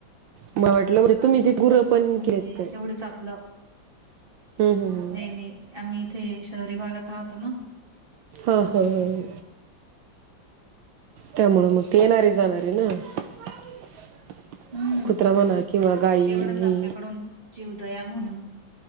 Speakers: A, on the right (about 80°); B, on the right (about 25°).
A: मला वाटलं म्हणजे
B: पाणपोईसारखं
A: तुम्ही तिथ गुरं पण
B: म्हणजे
A: केलेत काय
B: तेवढंच आपलं
A: हम्म हम्म हम्म
B: नाही नाही आम्ही इथे शहरी भागात राहतो ना
A: हा हा हा. त्यामुळं
B: तर
A: मग ते येणारे जाणारे <unintelligible>
B: हं,
A: कुत्रा म्हणा किंवा गाई
B: तेवढंच
A: हे
B: आपल्याकडून जीवदया म्हणून